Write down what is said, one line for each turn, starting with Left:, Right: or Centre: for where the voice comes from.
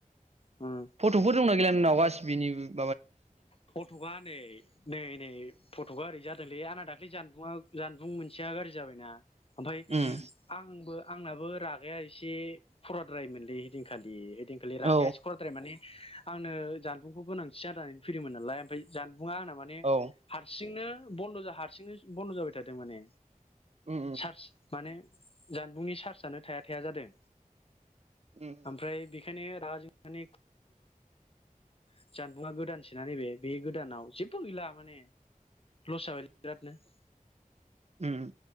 Left: उम
Right: फटफोर दंना गैला नोंनाव गासिबोनिबो?
Left: फटखा नै नै नै फटक ओरै जादोंलै आना दाख्लै जानबुंङा जानबुं मोनसेया गाज्रि जाबायना। ओमफ्राय
Right: उम
Left: आंबो आंनाबो रागाया एसे खराद्राय मोनलै इदिन खालि दिनखालि
Right: औ
Left: रागाया सकरद्र माने आंनो जानबुंखौ गोनां गो सि जानानै फैदोंमोन नालाय ओमफ्राय जान बुंङा आंना माने
Right: औ
Left: हारसिंनो बन्दजा हारसिंनो बन्द जाबाय थादों माने
Right: उम उम
Left: सार्ज माने जानबुंनि चार्जआनो थाया थाया जादों
Right: उम
Left: ओमफ्राय बे बेखायनो रागा जोंनानै <unintelligible> जानबुंङा गोदानसोना नैबे बे गोदानाव जेबो गैला माने लस जाबाय बिरादनो
Right: उम